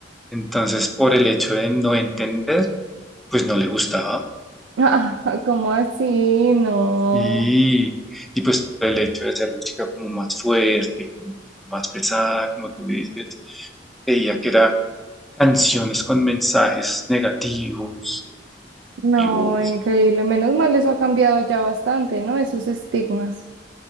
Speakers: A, in the centre; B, on the right.
A: Entonces, por el hecho de no entender, pues no le gustaba.
B: <laughs> ¿cómo así? No,
A: Y, y pues por el hecho de hacer música como más fuerte, como un poquito más pesada, como tú dices, creía que era canciones con mensajes negativos, destructivos.
B: no, increíble.
A: <laughs>
B: Menos mal eso ha cambiado ya bastante, ¿no? Esos estigmas.